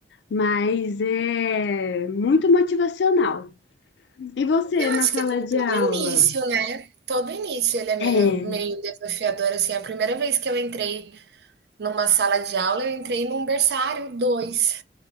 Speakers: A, on the left; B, on the right.
A: mas é muito motivacional. E você,
B: Eu
A: na
B: acho
A: sala
B: que é como
A: de
B: todo
A: aula?
B: início, né? Todo início ele é meio,
A: É.
B: meio desafiador, assim. A primeira vez que eu entrei numa sala de aula, eu entrei num berçário dois